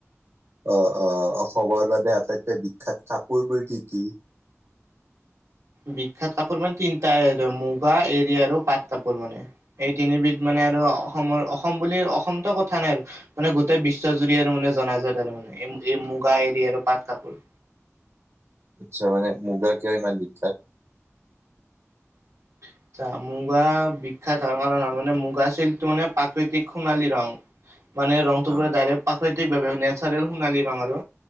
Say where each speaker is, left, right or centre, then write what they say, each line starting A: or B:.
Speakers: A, on the right; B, on the right.
A: অ', অ, অসমৰ বাবে আটাইতকৈ বিখ্যাত কাপোৰবোৰ কি কি?
B: বিখ্যাত কাপোৰ মান তিনিটা মুগা, এৰী আৰু পাট। কাপোৰ মানে, এই তিনিবিধ মানে আৰু অসমৰ অসম বুলি অসমতো কথা নাই আৰু, মানে গোটেই বি বিশ্ব জুৰি আৰু মানে জনাজাত আৰু মানে, যি এই মুগা, এৰী আৰু পাট কাপোৰ।
A: আচ্ছা মানে মুগা কিয় ইমান বিখ্যাত?
B: <inaudible> চা মুগা বিখ্যাত হোৱাৰ কাৰণে মানে মুগা চিল্কটো মানে প্ৰাকৃতিক সোণালী ৰং। মানে ৰংটো
A: অ',
B: পুৰা ডাইৰেক্ট প্ৰাকৃতিক <unintelligible> নেচাৰেল সুণালী ৰং আৰু।